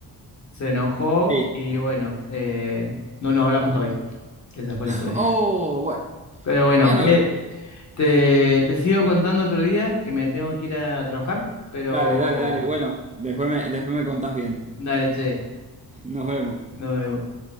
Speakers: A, on the left; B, on the right.
A: se enojó
B: sí.
A: y
B: <laughs>
A: bueno, eh, no nos hablamos hasta hoy. Esa fue la historia.
B: Oh, bueno.
A: Pero bueno,
B: Bueno,
A: eh, te, te sigo contando otro día que me tengo que ir a trabajar, pero
B: dale, dale, dale. Bueno, después me, después me contás bien.
A: dale, che,
B: Nos vemos.
A: nos vemos.